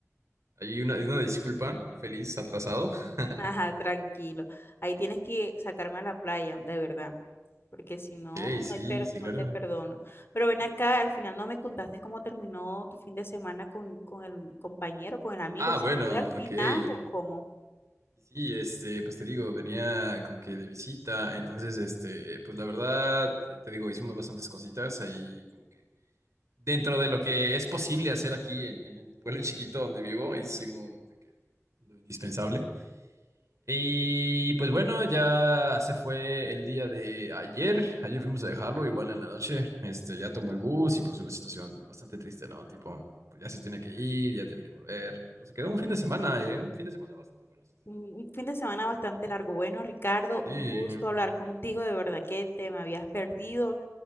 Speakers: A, on the right; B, on the left.
A: hay una, hay una disculpa, feliz atrasado. <laughs>
B: Ajá, tranquilo. Ahí tienes que sacarme a la playa, de verdad. Porque si no,
A: Ok, sí,
B: no, hay per-
A: sí,
B: no
A: claro.
B: te perdono. Pero ven acá, al final no me contaste cómo terminó tu fin de semana con, con el compañero, con el amigo.
A: Ah,
B: ¿Se
A: bueno,
B: fue al final
A: ok. Sí,
B: o cómo?
A: sí, este, pues te digo, venía como que de visita, entonces, este, pues la verdad, te digo, hicimos bastantes cositas ahí como que. dentro de lo que es posible hacer aquí en, en el pueblo chiquito donde vivo, hicimos de que lo indispensable. Y pues bueno, ya se fue el día de ayer. Ayer fuimos a dejarlo, igual en la noche. Este, ya tomó el bus y pues una situación bastante triste, ¿no? Tipo, pues ya se tiene que ir, ya tiene que volver. Pues se quedó un fin de semana, ¿eh? Un fin de semana bastante bueno. si
B: Un, un fin de semana bastante largo. Bueno, Ricardo, un
A: Sí,
B: gusto hablar contigo. De verdad que te me habías perdido.